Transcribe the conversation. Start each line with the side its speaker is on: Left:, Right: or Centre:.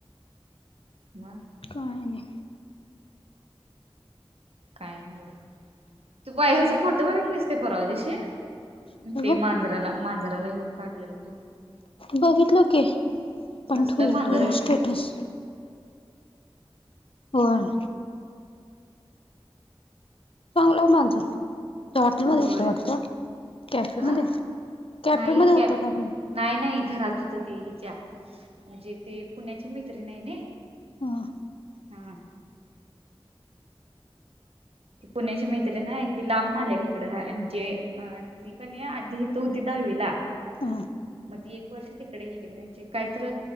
Right: मग
Left: काय नाही.
Right: काय नाही ब तू बाय ह्याचा फोटो बघितलीस ते परवा दिशी.
Left: कशाच
Right: ते
Left: ग
Right: मांजराला मांजराला घेऊन काढलेल तो?
Left: बघितलो कि, पण
Right: कसलं
Left: ठेवले
Right: मांजर
Left: तुझा
Right: आहे किती
Left: स्टेटस. होय. चांगलं आहे मांजर. हॉटेल मध्ये
Right: होय
Left: होतं वाटतं. कॅफे
Right: अ
Left: मध्ये कॅफे
Right: नाही
Left: मध्ये होतं
Right: कॅप
Left: का मग
Right: नाही नाही घरात होतं ते हिच्या म्हणजे ते पुण्याचे मैत्री नाही ने
Left: हां,
Right: हा, पुण्याची मैत्रिण आहे. ती लांब न आल्या इकडं राहाय म्हणजे अ ती का नाही इथं होती दहावीला
Left: हा
Right: मग ती एक वर्ष तिकडे गेली मग त्यांची काहीतर